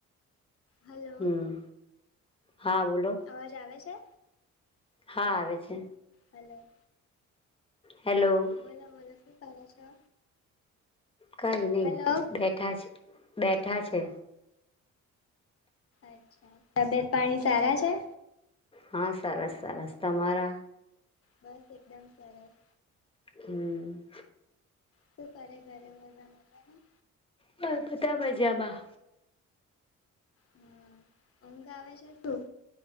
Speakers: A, on the left; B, on the left.
A: હલો
B: હમ હા બોલો.
A: અવાજ આવે છે?
B: હા આવે છે.
A: હાલો.
B: હેલો
A: બોલો બોલો શું કરો છો?
B: કઈ નહીં
A: હલો
B: બેઠા છે બેઠા છે
A: અચ્છા તબિયત પાણી સારા છે?
B: હા સરસ સરસ, તમારા?
A: બસ એકદમ સરસ
B: હમ
A: શું કરે ઘરે બધા મજામાં?
B: હ બતા મજામાં.
A: હમ ઊઘ આવે છે શું?